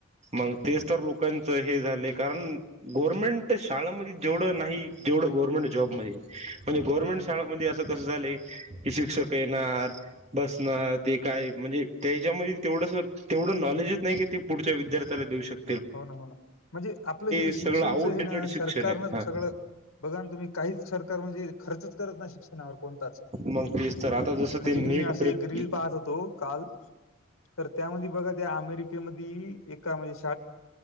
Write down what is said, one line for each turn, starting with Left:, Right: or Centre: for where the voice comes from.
Right: मग तेच तर लोकांच हे झालं कारण गव्हर्मेंट शाळमध्ये जेवढं नाही. जेवढं गव्हर्मेंट जॉबमध्ये म्हणजे गव्हर्मेंट
Left: हम्म
Right: शाळामध्ये असं कसं झा आहे. शिक्षक येणार बसणार ते काय म्हणजे त्याच्यामध्ये तेवढ ते पुढ नॉलेजच नाहीी तेी पुढच्या विद्याथ्याला देऊ शकते.
Left: हो ना हो ना म्हणजे आपलं हे शिक्षणच
Right: सगळं आउटडेटेड
Left: हे ना
Right: शिक्षण
Left: सरकारन
Right: आहे हा
Left: सगळं बघा तुम्ही का? काहीच सरकार म्हणजे खर्चच करत ना शिक्षणावर कोणताच
Right: मग तेच तर आता जसं
Left: म्हणजे
Right: ते नीट
Left: मी असं
Right: प्रेप
Left: एक रील पाहत होतो काल तर त्यामध्ये बघा त्या अमेरिकेमध्ये एका म्हणजे